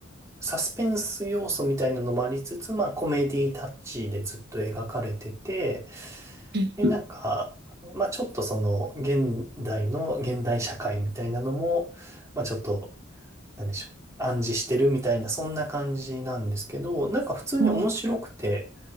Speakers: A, on the right; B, on the right.
A: サスペンス要素みたいなのもありつつ、まあ、コメディタッチでずっと描かれてて、
B: うん
A: で、なんか、まあ、ちょっとその、現代の、現代社会みたいなのも、まあ、ちょっとなんでしょう、暗示してるみたいな、そんな感じなんですけど、なんか普通に面白くて、
B: お